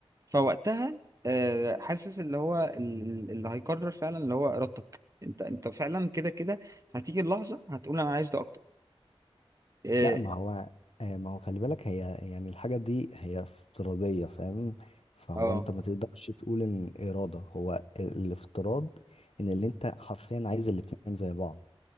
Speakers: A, on the right; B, on the left.
A: فوقتها آه، حاسس اللي هو ال- اللي هيقرر فعلا اللي هو ارادتك انت انت فعلا كده كده هتيجي اللحظه هتقول انا عايز ده اكتر اه
B: لا ما هو آه، ما هو خلي بالك هي يعني الحاجة دي هي افتراضية فاهم فهو
A: آه.
B: انت ما تقدرش تقول ان إرادة هو ال- الافتراض ان اللي انت حرفيا عايز الاتنين زي بعض